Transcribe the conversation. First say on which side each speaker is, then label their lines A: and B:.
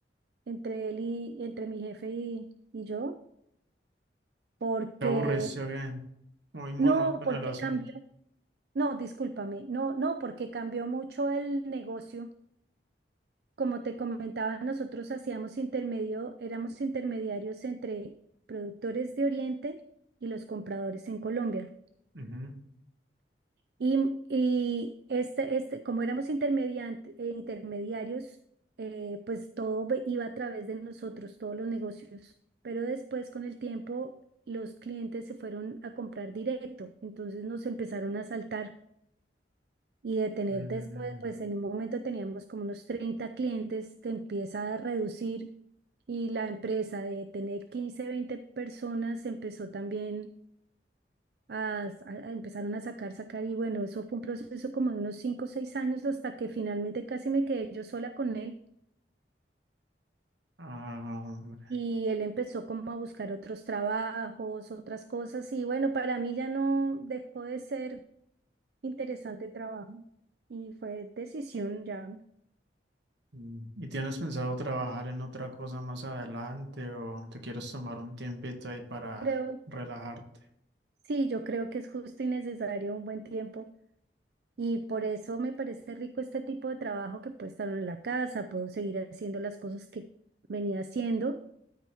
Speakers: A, on the right; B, on the right.
A: entre él y entre mi jefe y, y yo, porque,
B: ¿Te aburriste o qué aburricio que muy monótono
A: no, porque
B: el asunto.
A: cambió, no, discúlpame, no, no, porque cambió mucho el negocio. Como te comentaba, nosotros hacíamos intermedio, éramos intermediarios entre productores de Oriente y los compradores en Colombia.
B: Ujú.
A: Y, y este, este, como éramos intermediante- eh, intermediarios, eh, pues todo ve- iba a través de nosotros, todos los negocios. Pero después, con el tiempo, los clientes se fueron a comprar directo, entonces nos empezaron a saltar y de tener
B: Mm,
A: después, pues en un momento teníamos como unos 30 clientes, te empieza a reducir y la empresa de tener 15 20 personas empezó también a, a- a- empezaron a sacar, sacar, y bueno, eso fue un proceso como de unos cinco o seis años hasta que finalmente casi me quedé yo sola con él
B: ah,
A: y él empezó como a buscar otros trabajos, otras cosas, y bueno, para mí ya no dejó de ser interesante el trabajo y fue decisión ya.
B: Mm. ¿Y tienes pensado trabajar en otra cosa más adelante o te quieres tomar un tiempito ahí para
A: Creo,
B: relajarte?
A: sí, yo creo que es justo y necesario un buen tiempo. Y por eso me parece rico este tipo de trabajo que puedo estar en la casa, puedo seguir haciendo las cosas que venía haciendo